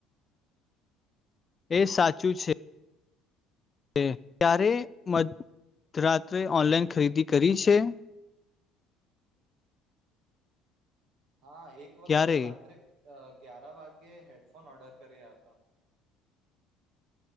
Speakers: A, on the left; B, on the right.
A: એ સાચું છે કે ત્યારે મ રાત્રે ઓનલાઈન
B: હા
A: ખરીદી કરી છે
B: હા એક વખત
A: ક્યારે
B: રાત્રે અ ગ્યારા વાગ્યે હેડફોન ઓર્ડર કર્યા હતા